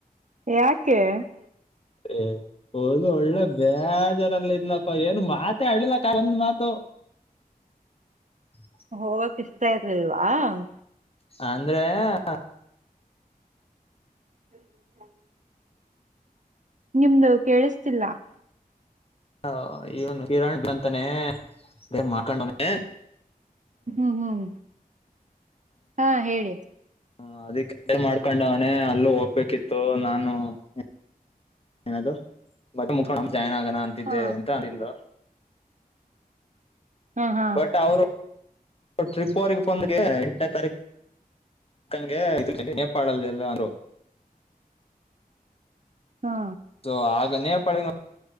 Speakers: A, on the right; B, on the left.
A: ಯಾಕೆ.. <inaudible>
B: ಏ ೋದು ಒಳ್ಳೆ ಬೇಜಾರಲ್ಲ ಇದ್ಲಪ್ಪ ಏನ್ ಮಾತ ಆಡ್ಲಿಲ್ಲ ಒಂದ ಮಾತು.. <unintelligible>
A: ಹೋಗಕ್ ಇಷ್ಟತಯತ್ ಅಲ್ವಾ.. <inaudible>
B: ಅಂದ್ರೆ.. <inaudible>
A: ಹಾ.. <inaudible> ನಿಮ್ದು ಕೇಳಿಸ್ತಿಲ್ಲ.. <inaudible>
B: ಹ ಇವನು ಹಿರಾಣ ಬಂತಾನೆ ಬೇ ಮಾಡಕೊಂಡವನ.. <inaudible>
A: ಹ್ಮ್ ಹ್ಮ್ ಹಾ ಹೇಳಿ.. <inaudible>
B: ಹ ಅದಿ ಕ ಮಾಡ್ಕೊಂಡವನೇ ಅಲ್ಲೂ ಹೋಗ್ಬೇಕಿತ್ತು ನಾನು.. <inaudible> ಏನದು ಮತ್ತ ಮುಕ್ಕಣ.. <inaudible> ಜಾಯ್ನ್ ಆಗೋಣ ಅಂತಿದ್ದೆ
A: ಹಾ
B: ಅಂತ ಅಲ್.. <inaudible>
A: ಹಾ ಹಾ
B: ಬಟ್ ಅವರು.. <inaudible> ಟ್ರಿಪ್ ಅವರೆಗೆ ಬಂದಗೆ ಎಂಟನೇ ತಾರೀಕಂಗೆ ಇದ ನೇಪಾಳ ಅಲ್ಲಿ ಎಲ್ಲರು.. <inaudible>
A: ಹಾ
B: ತ ಆಗ.. <inaudible> ನೇಪಾಳ.. <inaudible>